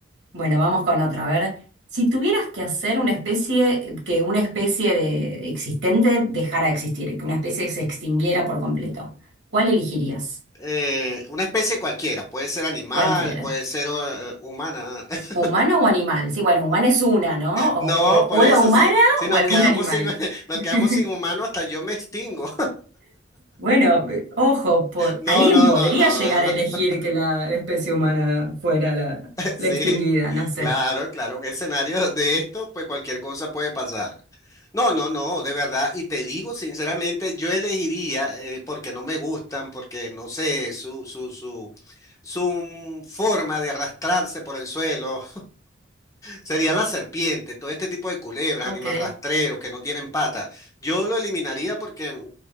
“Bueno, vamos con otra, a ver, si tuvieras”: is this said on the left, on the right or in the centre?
Right